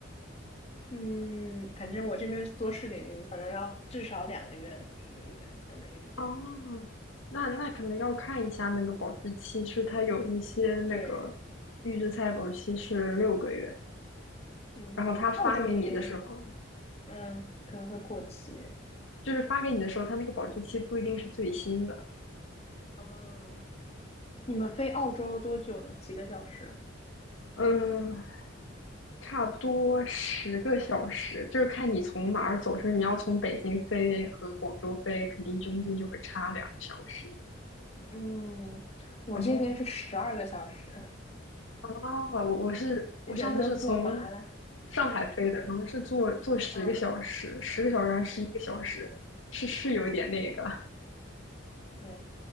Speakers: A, on the left; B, on the left.
A: 嗯，反正我这边做试领运，反正要至少两个月一个月才能运过来。
B: 啊，那那可能要看一下那个保质期，是它有一些那个预制菜保质期是六个月，
A: 对，嗯，
B: 然后他发给你的时候，
A: 澳洲里，嗯，可能会过期。
B: 就是发给你的时候，它那个保质期不一定是最新的。
A: 嗯，你们飞澳洲多久呢？几个小时？
B: 嗯，差不多十个小时，就是看你从哪儿走。出是你要从北京飞和广州飞，肯定中间就会差两个小时。
A: 嗯，我这边是十二个小时，
B: 然后啊，我我是我上次是从
A: 人都坐麻了。
B: 上海飞的，好像是坐坐十个小时，
A: 嗯，
B: 十个小时还是一个小时，是是有点那个。
A: 对。